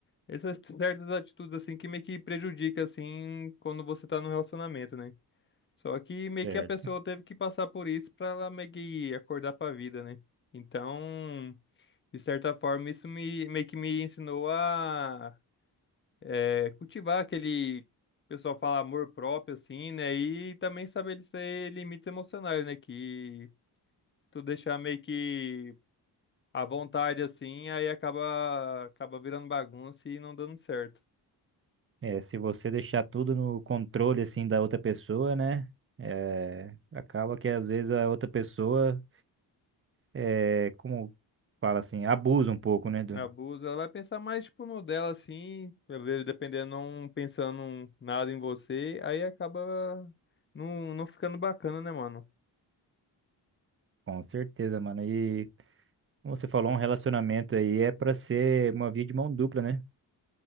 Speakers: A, on the left (about 30°); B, on the right (about 30°).
A: essas certas atitudes, assim, que meio que prejudica, assim, quando você tá no relacionamento, né? Só que meio
B: Certo.
A: que a pessoa teve que passar por isso pra ela meio que acordar pra vida, né? Então, de certa forma, isso me, meio que me ensinou a é, cultivar aquele... O pessoal fala amor próprio, assim, né? E também estabelecer limites emocionais, né? Que tu deixar meio que à vontade assim, aí acaba acaba virando bagunça e não dando certo.
B: É, se você deixar tudo no controle, assim, da outra pessoa, né? É, acaba que às vezes a outra pessoa, é, como fala assim, abusa um pouco, né? do-
A: Abuso, ela vai pensar mais tipo no dela assim, às vezes dependendo não pensando nada em você, aí acaba não, não ficando bacana, né, mano?
B: com certeza, mano. E como você falou, um relacionamento aí é pra ser uma via de mão dupla, né?